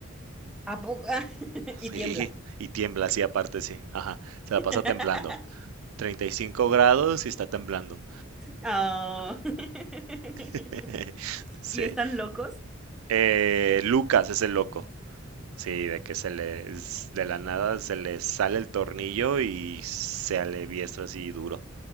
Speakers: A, in the centre; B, on the right (about 80°).
A: ¿A poco? <laughs> Y
B: Sí,
A: tiembla.
B: y tiembla así aparte, sí, ajá, se la
A: <laughs>
B: pasa temblando. 35 grados y está temblando.
A: Ah. <laughs>
B: <laughs> Sí.
A: ¿Y están locos?
B: Eh, Lucas es el loco. Sí, de que se le de la nada se le sale el tornillo y se aliviestra así duro.